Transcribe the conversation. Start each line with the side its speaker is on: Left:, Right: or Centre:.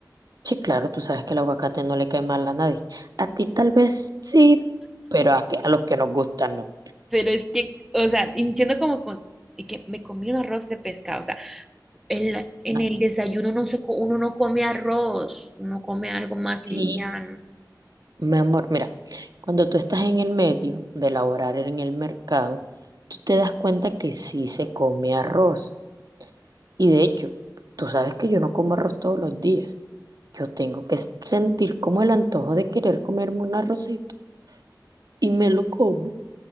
Right: Sí, claro, tú sabes que el aguacate no le cae mal a nadie. A ti tal vez sí, pero a, que- a los que nos gustan no.
Centre: Pero es que, o sea, iniciando como con, y que me comí un arroz de pescado. O sea, el- en
Right: a
Centre: el desayuno no se, co- uno no come arroz, uno come algo más liviano.
Right: ti mi amor, mira, cuando tú estás en el medio de elaborar en el mercado, tú te das cuenta que sí se come arroz. Y de hecho, tú sabes que yo no como arroz todos los días. Yo tengo que sentir como el antojo de querer comerme un arrocito y me lo como.